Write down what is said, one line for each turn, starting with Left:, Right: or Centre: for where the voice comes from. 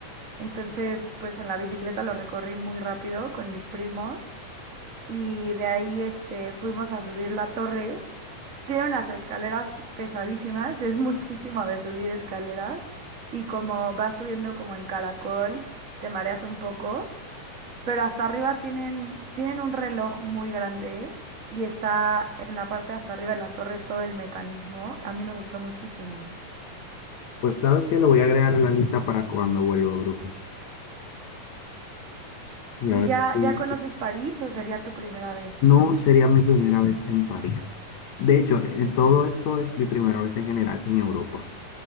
Right: entonces pues en la bicicleta lo recorrí muy rápido con mis primos y de ahí este fuimos a subir la torre. Tiene unas escaleras pesadísimas, es muchísimo de subir escaleras y como vas subiendo como en caracol, te mareas un poco, pero hasta arriba tienen, tienen un reloj muy grande y está en la parte de hasta arriba de la torre todo el mecanismo. A mí me gustó muchísimo.
Left: Pues sabes que lo voy a agregar en la lista para cuando vuelva a Brujas. Y
Right: ¿Y
Left: a ver,
Right: ya,
Left: si-
Right: ya conoces París o sería tu primera vez?
Left: no sería mi primera vez en París. De hecho, en todo esto es mi primera vez en general en Europa.